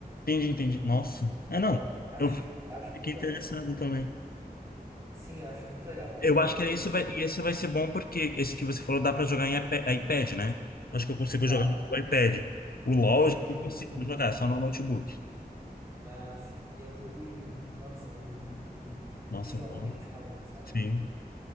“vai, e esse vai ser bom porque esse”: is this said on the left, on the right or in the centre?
Left